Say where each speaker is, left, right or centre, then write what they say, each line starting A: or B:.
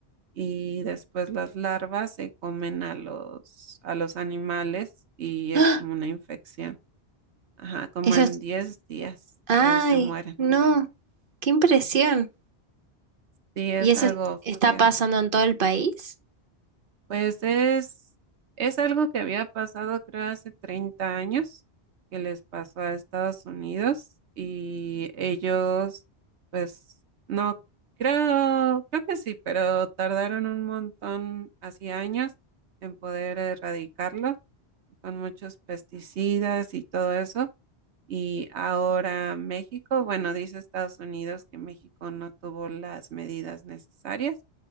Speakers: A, on the right; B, on the right.
A: y después las larvas se comen a los, a los animales y es
B: ¡Ah!
A: como una infección. Ajá, como
B: Eso
A: en
B: es...
A: 10 días,
B: ¡Ay!
A: creo se mueren.
B: No, qué impresión.
A: Sí, es
B: ¿Y eso
A: algo
B: es- está
A: feo.
B: pasando en todo el país?
A: Pues es, es algo que había pasado, creo, hace 30 años, que les pasó a Estados Unidos y ellos, pues, no, creo, creo que sí, pero tardaron un montón, así años, en poder erradicarlo con muchos pesticidas y todo eso. Y ahora México, bueno, dice Estados Unidos que México no tuvo las medidas necesarias,